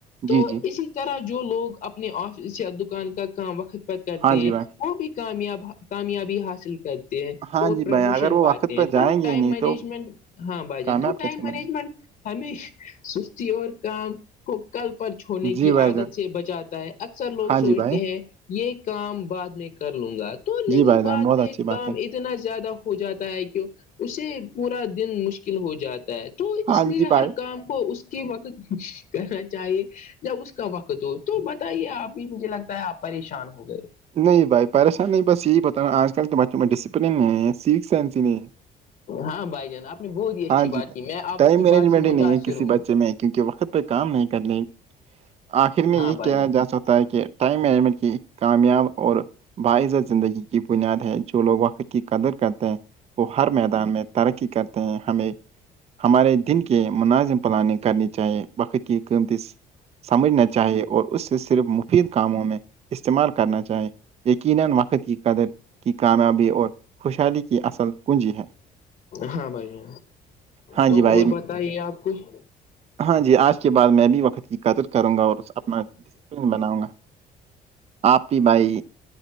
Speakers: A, on the left (about 55°); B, on the right (about 40°).
A: تو
B: جی جی
A: اسی طرح جو لوگ اپنے آفس یا دکان کا کام وقت پر کرتے
B: ہاں
A: ہیں
B: جی بھائی
A: وہ بھی کامیاب کامیابی حاصل کرتے ہیں
B: ہاں
A: اور
B: جی
A: پرموشن
B: بھائی اگر وہ
A: پاتے
B: وقت پہ
A: ہیں
B: جائیں
A: تو
B: گے
A: ٹائم
B: نہیں
A: مینجمنٹ
B: تو
A: ہاں بھائی جان
B: کامیاب
A: تو ٹائم
B: کیسے
A: مینجمنٹ
B: بنے
A: ہمی سستی اور کام کو کل پر چھونے
B: گے؟ جی
A: کی
B: بھائی
A: عادت
B: جان
A: سے بچاتا ہے اکثر لوگ
B: ہاں
A: سوچتے
B: جی بھائی
A: ہیں یہ کام بعد میں کر لوں گا تو لیکن
B: جی بھائی
A: بعد
B: جان بہت
A: میں
B: اچھی
A: کام
B: بات ہے
A: اس اتنا زیادہ ہو جاتا ہے کہ اسے پورا دن مشکل ہو جاتا تو
B: ہاں
A: اس لیے
B: جی بھائی
A: ہر کام کو اس کی وقت کرنا چاہیے جب اس کا وقت دو تو بتائیے آپ بھی مجھے لگتا ہے آپ پریشان ہو گئے
B: نہیں بھائی پریشان نہیں بس یہی بت نا آج کل کے بچوں میں ڈسپلن نہیں ہے سیکھ سائنسی ہی نہیں ہے
A: ہاں بھائی جان آپ نے بہت ہی اچھی
B: ہاں جی
A: بات کی میں آپ
B: ٹائم
A: کی
B: مینجمنٹ
A: بات سے
B: ہی
A: متاثر
B: نہیں ہے کسی
A: ہوں
B: بچے میں کیونکہ وقت پہ کام نہیں کرنے آخر میں یہ
A: ہاں بھائی
B: کیا
A: جان
B: جا سکتا ہے کہ ٹائم مینجمنٹ کی کامیاب اور باعزہ زندگی کی بنیاد ہے جو لوگ وقت کی قدر کرتے ہیں وہ ہر میدان میں ترقی کرتے ہیں ہمیں ہمارے دن کے مناظم پلاننگ کرنی چاہیے بقت کی قیمتی سمجھنا چاہیے اور اس سے صرف مفید کاموں میں استعمال کر کرنا چاہیں یقینا وقت کی قدر کی کامیابی اور خوشحالی کی اصل کنجی ہے
A: ہاں بھائی
B: ہاں
A: تو
B: جی بھائی
A: اور بتائیے آپ کچھ
B: ہاں جی آج کے بعد میں بھی وقت کی قدر کروں گا اور اپنا ڈسپلن بناؤں گا آپ ہی بھائی